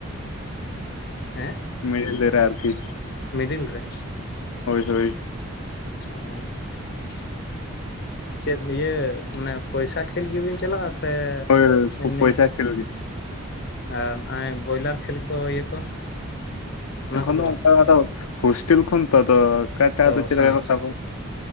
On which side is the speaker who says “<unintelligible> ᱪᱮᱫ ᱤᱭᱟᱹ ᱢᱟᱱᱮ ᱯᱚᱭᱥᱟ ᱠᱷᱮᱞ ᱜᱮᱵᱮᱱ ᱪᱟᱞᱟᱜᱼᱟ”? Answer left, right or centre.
Left